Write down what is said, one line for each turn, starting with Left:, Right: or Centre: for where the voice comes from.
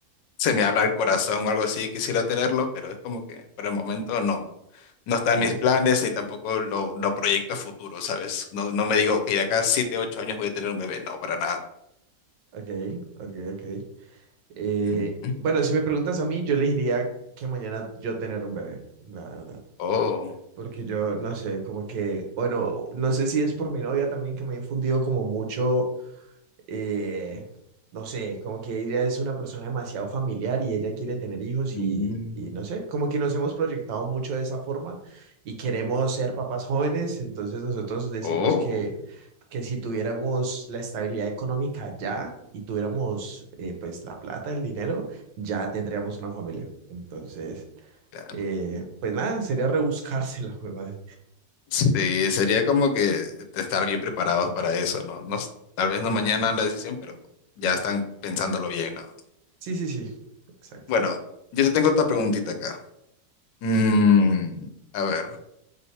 Left: se me abra el corazón o algo así, quisiera tenerlo, pero es como que por el momento no, no está
Right: Ok,
Left: en mis planes ni tampoco lo, lo proyecto a futuro, ¿sabes? No, no me digo, ok, de acá a siete, ocho años voy a tener un bebé, no, para nada.
Right: ok, ok, ok. Eh,
Left: Mm,
Right: bueno, si me preguntas a mí, yo le diría que mañana yo tener un bebé, la verdad.
Left: Oh,
Right: Porque yo no sé, como que, bueno, no sé si es por mi novia también que me ha infundido como mucho eh, no sé, como que ella es una persona demasiado familiar y ella quiere tener hijos
Left: mm,
Right: y, y no sé, como que nos hemos proyectado mucho de esa forma y queremos ser papás jóvenes, entonces nosotros decimos
Left: oh,
Right: que, que si tuviéramos la estabilidad económica ya y tuviéramos eh, pues la plata, el dinero, ya tendríamos una familia. Entonces,
Left: damn.
Right: eh, pues nada, sería rebuscarse la madre.
Left: Sí, sería como que estar bien preparados para eso, ¿no? No, s- tal vez no mañana la decisión, pero ya están pensándolo bien, ¿no?
Right: Sí, sí, sí, exacto.
Left: Bueno, yo te tengo otra preguntita acá. Mm, a ver,